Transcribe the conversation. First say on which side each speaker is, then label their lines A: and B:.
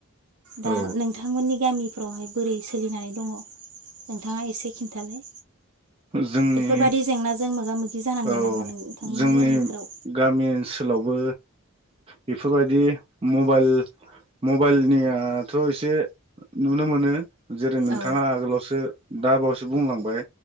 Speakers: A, on the right (about 80°); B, on the right (about 25°).
A: दा
B: औ
A: नोंथांमोननि गामिफ्रावहाय बोरै सोलिनानै दङ नोंथाङा एसे खिन्थालाय।
B: जोंनि
A: बेफोर बादि जेंनाजों मोगा मोगि जानांदोंनामा
B: औ
A: नोंथांमोननि
B: जोंनि
A: गामिफोराव?
B: गामि ओनसोलावबो बेफोरबादि मबाइल मबाइलनियाथ एसे नुनोमोनो। जेरै नोंथाङा
A: औ
B: आगोलावसो दाबावैसो बुंलांबाय।